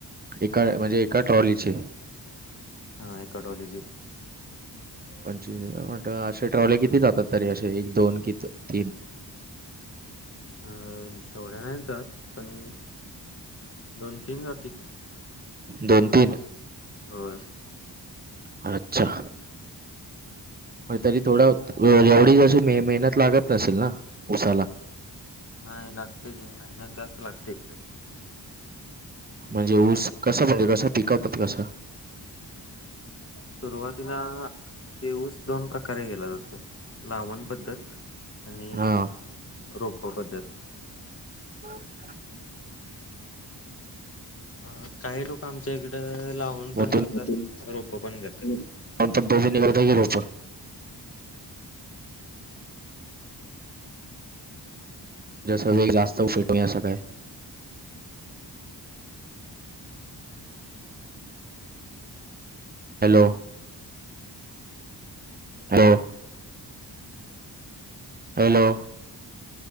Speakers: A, on the right (about 20°); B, on the left (about 30°).
A: एका, म्हणजे एका ट्रॉलीचे?
B: हा एका ट्रॉलीचे.
A: पंचवीस हजार म्हण असे ट्रॉवले किती जातात? तरी असे एक दोन कि तीन?
B: अ एवढ्या नाही जात, पण दोन तीन जातील.
A: दोन तीन.
B: होय
A: <inaudible> अच्छा.. तरी थोडा एवढी जशी म मेहनत लागत नसेल ना, उसाला.
B: नाही, लागते की मेहनत जास्त लागते.
A: म्हणजे ऊस, कसा म्हणजे कसा पिकवतात कसा?
B: सुरुवातीला ते ऊस दोन प्रकारे केलं जातं. लावण पद्धत आणि
A: हा
B: रोप्प पद्धत.
A: <unintelligible>
B: ह काही लोक आमच्या इकडं, लावण
A: मग
B: पण करतात, रोपं पण करतात.
A: <unintelligible> की करता रोप? जसं वेग <unintelligible> असं काय. हॅलो. हो हॅलो.